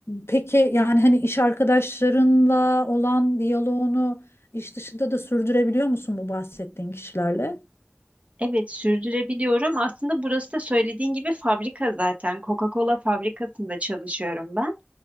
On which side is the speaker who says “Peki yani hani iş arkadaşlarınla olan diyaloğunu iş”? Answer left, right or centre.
Left